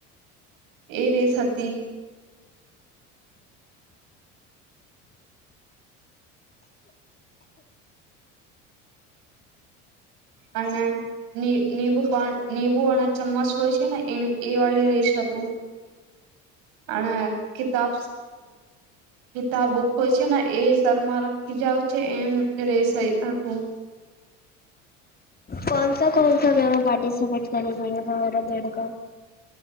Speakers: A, on the right; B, on the left.
A: એ રેસ હતી. અને લી લીબુ પાન લીબું અને ચમ્મચ હોય છે ને એ એ વાળી રેશ હતું અને કિતાબ કિતાબુક હોય છે ને એ શમાં રાખી જાવ છે એમ રેસ હતું.
B: કોનસા કોનસા ગેમ પાર્ટિસિપેટ કર રહ્યા તમારા બાળકો.